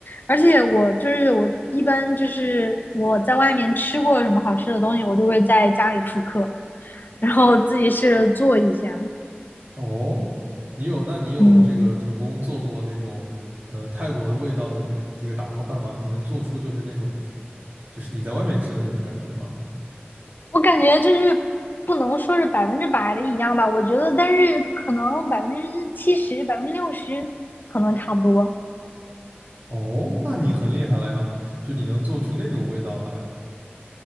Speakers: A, on the left; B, on the right.
A: 而且我就是我一般就是我在外面吃过什么好吃的东西，我就会在家里复刻，然后自己试着做一下。
B: 哦，你有，那你有这个成功做过那种，
A: 嗯，
B: 呃，泰国的味道的这个这个打泡饭吗？你能做出就是那种，就是你在外面吃的那种感觉吗？
A: 我感觉就是不能说是百分之百的一样吧，我觉得，但是可能百分之七十、百分之六十可能差不多。
B: 哦，那你很厉害了呀，就你能做出那种味道来。